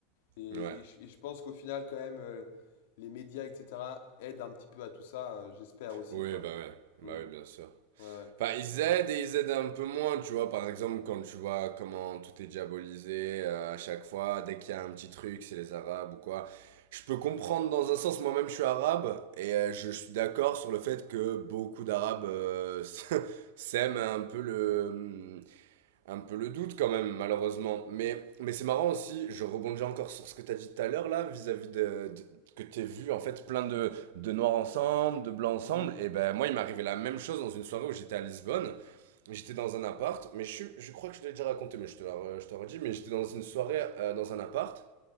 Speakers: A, on the left; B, on the right.
A: Et,
B: Ouais.
A: et je et je pense qu'au final, quand même, euh, les médias, etc., aident un petit peu à tout ça, euh, j'espère aussi,
B: Oui,
A: quoi.
B: bah ouais. Bah
A: Mm.
B: oui, bien sûr.
A: Ouais,
B: Enfin, ils aident et ils aident un peu moins, tu vois. Par exemple, quand tu vois comment tout est diabolisé euh, à chaque fois, dès qu'il y a un petit truc, c'est les Arabes ou quoi. Je peux comprendre dans un sens, moi-même je suis arabe, et euh, je suis d'accord sur le fait que beaucoup d'Arabes euh, <laughs> s'aiment un peu le, un peu le doute quand même, malheureusement. Mais, mais c'est marrant aussi, je rebondis encore sur ce que t'as dit tout à l'heure là, vis-à-vis de, de- que t'es vu en fait plein de, de noirs ensemble, de blancs
A: ouais.
B: ensemble.
A: Mhm.
B: Et ben moi, il m'est arrivé la même chose dans une soirée où j'étais à Lisbonne. J'étais dans un appart, mais je, suis- je crois que je te l'ai déjà raconté, mais je te la re- je te redis, mais j'étais dans une soirée euh, dans un appart.